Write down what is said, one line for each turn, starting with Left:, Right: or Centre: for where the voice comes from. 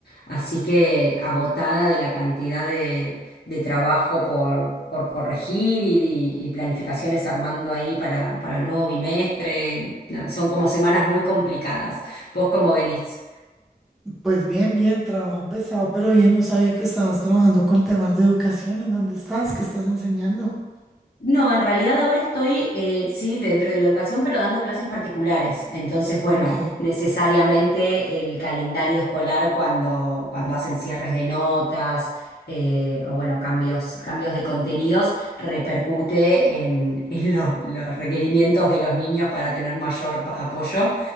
Left: así que agotada de la cantidad de, de trabajo por, por corregir y, y- y planificaciones armando ahí para, para el nuevo bimestre. Nada, son como semanas muy complicadas. ¿Vos cómo venís?
Centre: Pues bien, bien, trabajo pesado, pero bien, no sabía que estabas trabajando con temas de educación. ¿En dónde estás? ¿Qué estás enseñando?
Left: No, en realidad ahora estoy, eh, sí, dentro de la educación, pero dando clases particulares. Entonces, bueno,
Centre: Ok,
Left: necesariamente el calendario escolar cuando, cuando hacen cierres de notas eh, o, bueno, cambios, cambios de contenidos, repercute en, <laughs> en los, los requerimientos de los niños para tener mayor pa- apoyo